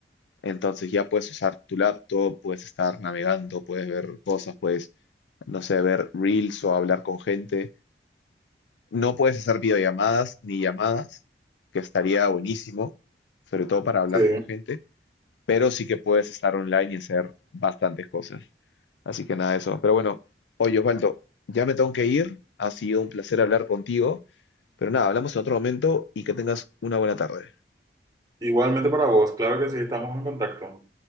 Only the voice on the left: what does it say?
Entonces ya puedes usar tu laptop, puedes estar navegando, puedes ver cosas, puedes, no sé, ver reels o hablar con gente. No puedes hacer videollamadas ni llamadas, que estaría buenísimo, sobre todo para hablar
con gente, pero sí que puedes estar online y hacer bastantes cosas. Así que nada de eso. Pero bueno, oye Osvaldo, ya me tengo que ir. Ha sido un placer hablar contigo, pero nada, hablamos en otro momento y que tengas una buena tarde.